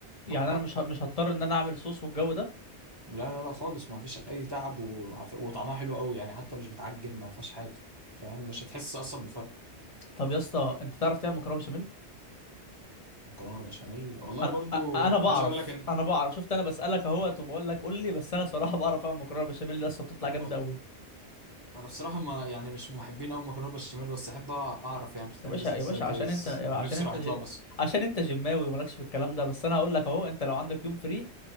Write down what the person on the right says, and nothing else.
مع
اكل
لا لا لا خالص ما فيش اي تعب وعف- وطعمها حلو قوي يعني حتى مش بتعجب ما فيهاش حاجه فاهم مش هتحس اصلا بفرق
مكرونه بشاميل والله
برضو
عايز اقول لك ان
وال-
انا بصراحه ما يعني مش محبين قوي مكرونه بشاميل بس احب اعرف يعني بتتعمل
ازاي
جايز
لو نفسي
راح اطلع
مصر